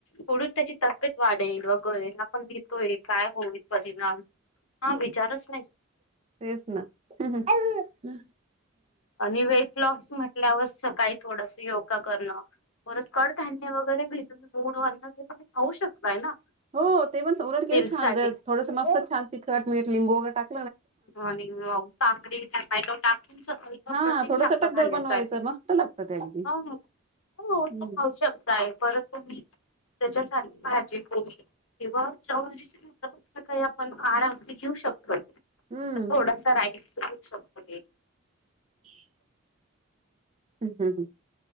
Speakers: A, on the left; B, on the right.
A: पुढून त्याची तब्येत वाढेल वगैरे, आपण देतोय काय होईल परिणाम, हा विचारचं
B: तेच ना हम्म
A: आणि वेटलॉस म्हटल्यावर सग काही थोडसं योगा करणं, परत कडधान्य वगैरे भिजून गूड वरणाच ते तुमी खाऊ शकताय ना?
B: हो ते पण <unintelligible> केलं
A: हेल्थ
B: छान
A: साठी.
B: <unintelligible> थोडसं मस्त, छान तिखट, मीठ, लिंबू वगैरे टाक
A: मॉर्निंग वॉक, काकडी, टमाटो टाकून सकालचं
B: हा
A: प्रथिन
B: थोडस
A: लागत
B: टकदार
A: खाण्यासाठी,
B: बनवायचं मस्त लागतं ते अगदी
A: हो हो ते
B: हम्म
A: खाऊ शकत आहे, परत तुम्ही त्याच्यासाठी भाजी-पोळी किंवा चविष्ट सकाळी आपण आहार आपली घेऊ शकतोय.
B: हम्म.
A: थोडासा राईस घेऊ शकतो एक
B: <unintelligible> हम् हम्